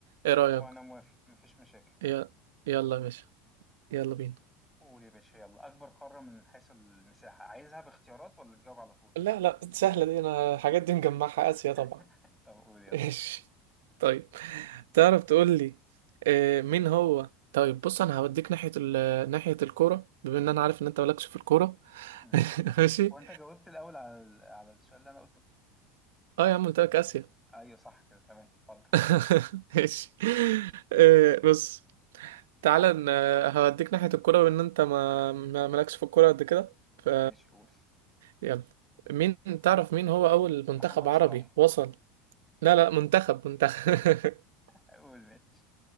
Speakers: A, on the right; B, in the centre.
A: ايه رأيك
B: وانا موافق مفيش مشاكل
A: ي... يلا يا باشا يلا بينا
B: قول يا باشا يلا اكبر قارة من حيث المساحة عايزها باختيارات ولا تجاوب على طول
A: لا لا سهلة دي انا الحاجات دي مجمعها آسيا طبعا
B: <laughs> طب قول يلا
A: ايش طيب تعرف تقول لي آه، مين هو طيب بص انا هوديك ناحية ال... ناحية الكورة بما ان انا عارف ان انت مالكش في الكورة
B: مم.
A: <laughs> ماشي
B: هو انت جاوبت الاول على ال- على السؤال اللي انا قلته
A: اه يا عم قلت لك اسيا
B: ايوه صح كده تمام اتفضل
A: <laughs> ماشي آه، بص تعالى ن- هوديك ناحية الكورة بما ان انت ما ما- مالكش في الكورة قد كده ف
B: ماشي قول
A: يلا مين تعرف مين هو اول منتخب
B: محمد
A: عربي
B: صلاح
A: وصل لا لا منتخب منتخب <laughs>
B: <laughs> قول ماشي